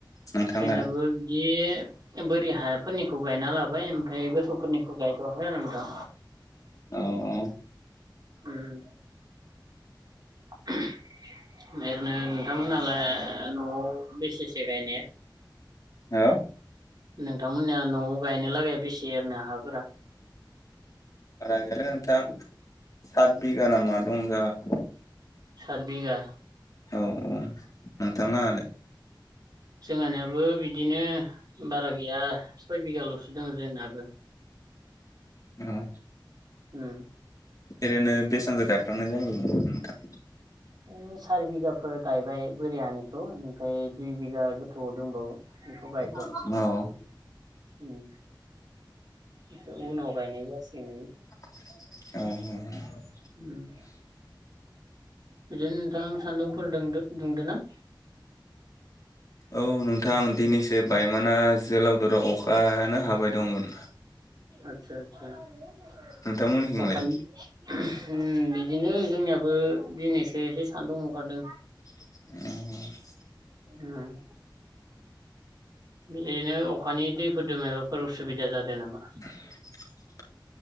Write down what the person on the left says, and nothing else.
नोंथांना
अ अ।
हो?
बारा गैयालै नोंथां सात बिघा नामा दं जोंहा।
औ औ नोंथां लाहालाय?
ओम।
ओरैनो बेसांसो गायफ्रामनाय जायो नोंथां?
<unintelligible> औ।
अ अह अ।
औ नोंथां दिनैसो बायमाना जोलावदराव अ आनो हाबाय दंमोन।
नोंथांमोननिथिंलाय
उम
<inaudible>